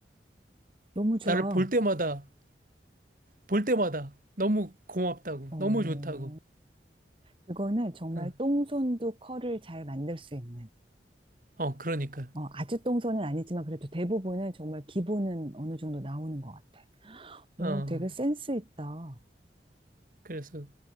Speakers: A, on the right; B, on the right.
A: 너무 좋아.
B: 나를 볼 때마다 볼 때마다 너무 고맙다고
A: 어,
B: 너무 좋다고.
A: 그거는 정말
B: 응.
A: 똥손도 컬을 잘 만들 수 있는.
B: 어, 그러니까.
A: 어, 아주 똥손은 아니지만 그래도 대부분은 정말 기본은 어느 정도 나오는 것 같아. 오,
B: 어,
A: 되게 센스 있다.
B: 그래서